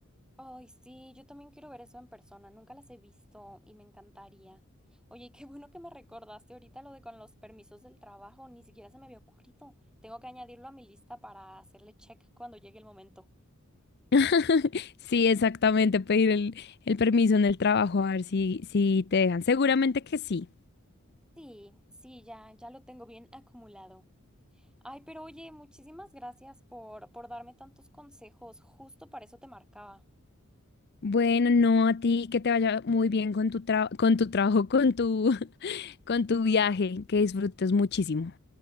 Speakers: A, in the centre; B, on the left (about 50°).
A: Ay, sí, yo también quiero ver eso en persona, nunca las he visto y me encantaría. Oye, y qué bueno que me recordaste ahorita lo de con los permisos del trabajo, ni siquiera se me había ocurrido. Tengo que añadirlo a mi lista para hacerle check cuando llegue el momento.
B: <laughs> Sí, exactamente, pedir el, el permiso en el trabajo, a ver si, si te dejan. Seguramente que sí.
A: Sí, sí, ya, ya lo tengo bien acumulado. Ay, pero oye, muchísimas gracias por, por darme tantos consejos, justo para eso te marcaba.
B: Bueno, no a ti, que te vaya muy bien con tu tra- con tu trabajo, con tu, <laughs> con tu viaje, que disfrutes muchísimo.